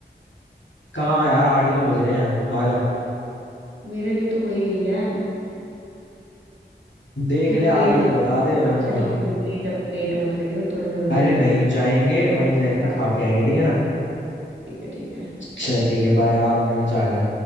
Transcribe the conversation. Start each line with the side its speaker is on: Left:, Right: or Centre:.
Left: कहाँ यार आठ ही तो बज रहे हैं आजा
Right: मेरे लिए तो हो ही गई है
Left: देख
Right: देख
Left: ले आ
Right: लेट
Left: रही
Right: मत
Left: है तो
Right: करियो
Left: बता दे
Right: अच्छा
Left: वरना
Right: ठीक है बस लेट लेट मत करियो थोड़ा जल्दी
Left: अरे
Right: आइयो
Left: नहीं जाएंगे
Right: ठीक
Left: वहीं जाएंगे
Right: है हाँ,
Left: खा के आएंगे ठीक है ना
Right: ठीक है ठीक है
Left: चल ठीक है बाय आ रहा हूँ मैं नीचे आजा